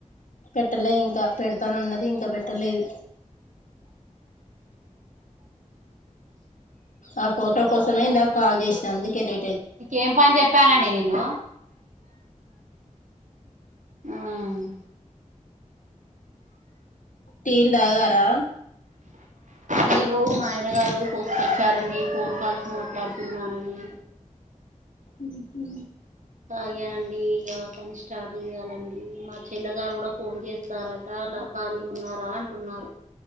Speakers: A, on the left; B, on the right.
A: పెట్టలే ఇంకా పెడతాను అన్నది ఇంకా పెట్టలేదు ఆ ఫోటో కోసమే ఇందాక కాల్ చేసిన అందుకే లే
B: మీకు ఏం పని చెప్పానండి నేను ఉమ్
A: టీ లు తాగారా
B: టీ లు మా ఆయన గారు పోసుకొచ్చారండి ఫోన్ కాల్స్ మాట్లాడుతున్నానని
A: ఉహూ
B: తాగానండి ఇగా పని స్టార్ట్ చేయాలండి మా చెల్ల గారు కూడా ఫోన్ చేస్తారట అలా ఖాళీగా ఉన్నారా అంటున్నారు